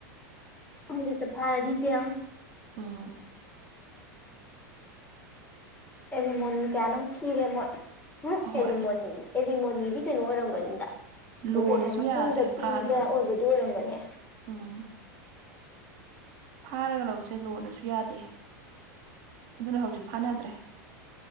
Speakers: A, on the left (about 15°); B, on the right (about 50°).
A: ꯍꯧꯖꯤꯛꯇ ꯐꯥꯔꯗꯤ ꯖꯦꯜ
B: ꯎꯝ
A: ꯑꯦꯔꯤꯃꯣꯅꯤ ꯀꯌꯥꯅꯣꯝ ꯊꯤꯔꯦ ꯃꯣꯏ ꯎꯝ
B: ꯍꯣꯏ
A: ꯑꯦꯂꯤꯃꯣꯅꯤ ꯑꯦꯂꯤꯃꯣꯅꯤꯗꯤ ꯀꯩꯅꯣ ꯑꯣꯏꯔꯝꯒꯅꯤꯗ
B: ꯂꯣꯅꯁꯨ
A: ꯂꯨꯍꯣꯡꯉ ꯃꯇꯨꯡꯗ
B: ꯌꯥꯗ꯭ꯔꯦ
A: ꯄꯤꯕ
B: ꯐꯥꯔꯒ
A: ꯑꯣꯏꯕꯗꯨ
B: ꯂꯧꯕꯁꯦ
A: ꯑꯣꯏꯔꯝꯒꯅꯤ
B: ꯎꯝ ꯐꯥꯔꯒ ꯂꯧꯕꯁꯦ ꯂꯣꯅꯁꯨ ꯌꯥꯗꯦ ꯑꯗꯨꯅ ꯍꯧꯖꯤꯛ ꯐꯥꯅꯗ꯭ꯔꯦ